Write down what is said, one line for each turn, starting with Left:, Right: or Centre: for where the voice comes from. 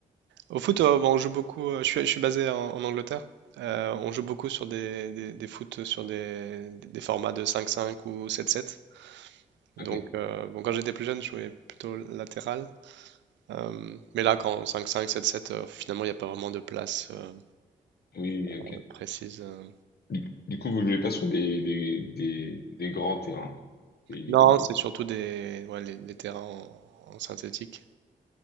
Right: Au foot, euh, bon, on joue beaucoup. euh, je suis, je suis basé en, en Angleterre. Euh, on joue beaucoup sur des, des, des foot sur des, des formats de 5-5 ou 7-7. Donc,
Left: Ok. Oui,
Right: euh, bon, quand j'étais plus jeune, je jouais plutôt latéral. Euh, mais là, quand cinq cinq sept sept euh, finalement, il n'y a pas vraiment de place euh,
Left: oui, oui, ok.
Right: euh, précise. euh.
Left: Du, du coup, vous jouez pas sur des des des, des grands terrains. Je dis
Right: Non,
Left: pas de bêtises.
Right: c'est surtout des, ouais, les, les terrains en, en synthétique.